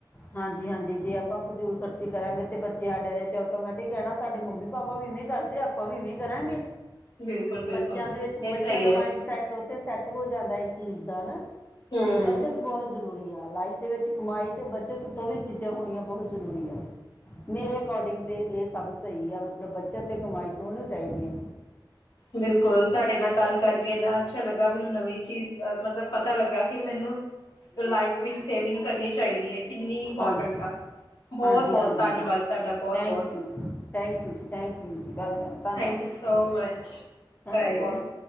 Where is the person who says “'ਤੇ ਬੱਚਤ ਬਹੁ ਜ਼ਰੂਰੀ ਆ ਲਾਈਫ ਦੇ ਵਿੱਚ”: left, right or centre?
Left